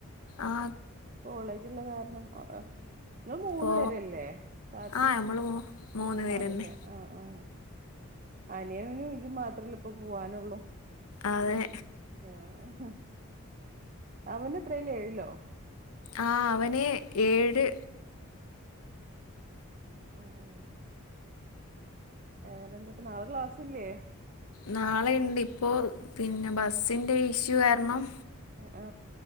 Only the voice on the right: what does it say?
കോളേജുള്ള കാരണം ഒഹ് ഒഹ്. നിങ്ങള് മൂന്ന്
പേരല്ലേ താത്തിം
മൂന്നാളല്ലേ
ആ ആ. അനിയനും ഇയും മാത്രല്ല ഇപ്പ പോവാനുള്ളൂ
ആഹ. ഉം ഹ അവന് എത്രയിലാഏഴിലോ?
ആ ആ വേറെ എന്തൊക്കെ നാളെ ക്ലാസ്ല്ഇല്ലേ?
ആ